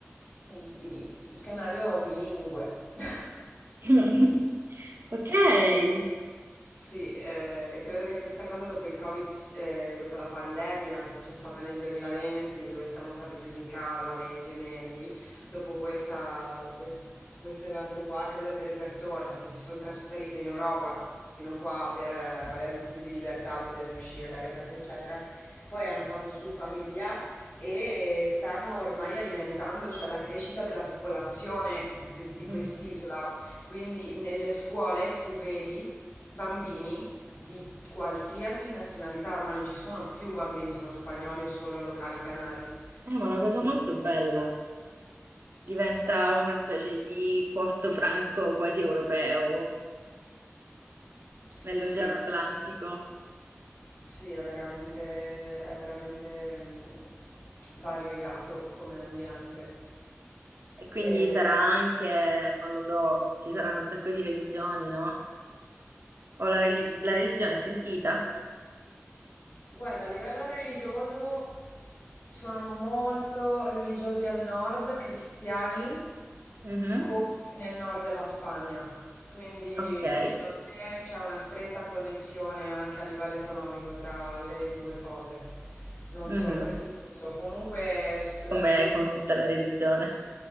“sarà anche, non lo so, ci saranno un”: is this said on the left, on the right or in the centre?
Right